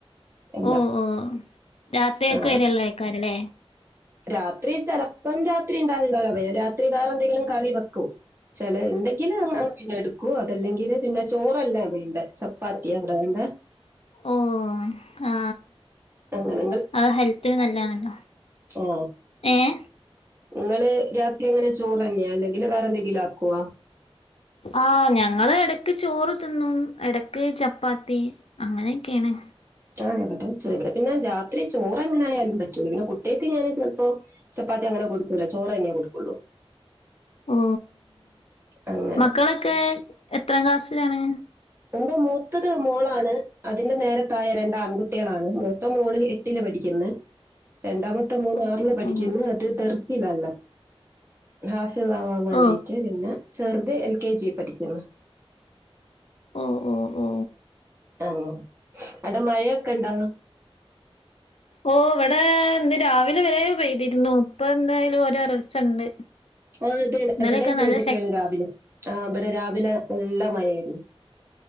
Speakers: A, on the right; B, on the left.
A: എല്ലാം
B: ഓ ഓ രാത്രിയേക്കെ
A: ആ,
B: വെരെള്ള ആയ്ക്കാരല്ലേ
A: രാത്രി ചെലപ്പം രാത്രി ഇണ്ടാവലിണ്ടാവികാരം പിന്നെ രാത്രി വേറെന്തെങ്കിലും കറി വെക്കും ചെല ഇണ്ടെങ്കില് അങ്ങ അങ്ങ പിന്നെടുക്കൂ അതല്ലെങ്കില് പിന്നെ ചോറല്ലാ വേണ്ടെ ചപ്പാത്തിയാ ഇവടെ വേണ്ടെ
B: ഓ ആ
A: അങ്ങനെ
B: അത് ഹെൽത്തിന് ന്നല്ലാണല്ലോ
A: ഓ
B: എഹ്
A: നിങ്ങള് രാത്രി എങ്ങനെ ചോറെന്യയാ അല്ലെങ്കില് വേറെന്തെങ്കിലും ആക്കുവൊ
B: ആ ഞങ്ങള് എടക്ക് ചോറ് തിന്നും എടക്ക് ചപ്പാത്തി അങ്ങനെയൊക്കെണ്
A: ആ ഇവടേം ചെ വ്ടെപിന്നെ രാത് ഇത്രേ ചോറെങ്ങനെ ആയാലും പറ്റുലല്ലോ കുട്ട്യേക്ക് ഞാന് ചെലപ്പോ ചപ്പാത്തി അങ്ങനെ കൊടുക്കൂല ചോറെന്നെ കൊടുക്കുള്ളൂ
B: ഓ
A: അങ്ങനെ
B: മക്കളൊക്കെ എത്രാം ക്ലാസ്സിലാണ്
A: എന്റെ മൂത്തത് മോളാണ് അതിന്റെ നേരെത്തായെ രണ്ടാആൺകുട്ട്യേളാണ് മൂത്ത മോള് എട്ടില് പഠിക്ക്ന്ന് രണ്ടാമത്തെ മോന്
B: ഓ
A: ആർല് പഠിക്ക്ന്ന്
B: ഓ
A: അത് ദർസിലാലാ ഹാഫ് ഇള്ളാവാൻ വേണ്ടീട്ട്
B: ഓ ഓ
A: പിന്നെ ചെറുത് എൽ കെ ജി പഠിക്കുന്നു
B: ഓ ഓ ഓ
A: അ അവിടെ മഴയൊക്കെ ഇണ്ടാ
B: ഓ ഇവിടെ ഇന്ന് രാവിലെ വരെ പെയ്തിരുന്നു ഇപ്പ എന്തായാലും ഓരോ ഒരൾച്ച ഉണ്ട്
A: ആ അതെയ
B: ഇന്നലെയൊക്കെ
A: ഇവിടെയും പെയ്തിക്കേണ്
B: നല്ല ശക്
A: രാവിലെ ആ ഇവിടെ രാവിലെ നല്ല മഴയായിരുന്നു